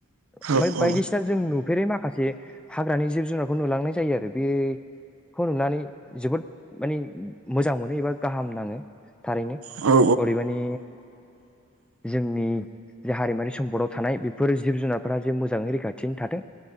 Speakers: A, in the centre; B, on the right.
A: ओमफ्राय
B: औ
A: बायदिसिना जों नुफेरै माखासे माखासे हाग्रानि जिब जुनार खौ नुलांनाय जायो आरो बेखौ नुनानै जोबोद माने मोजां मोनो एबा गाहाम नाङो थारैनो
B: औ औ
A: अदेबानि जोंनि जे हारिमुारि सम्पदाव थानाय बेफोर जिब जुनारफोरा जे मोजाङै रैखाथि थाथों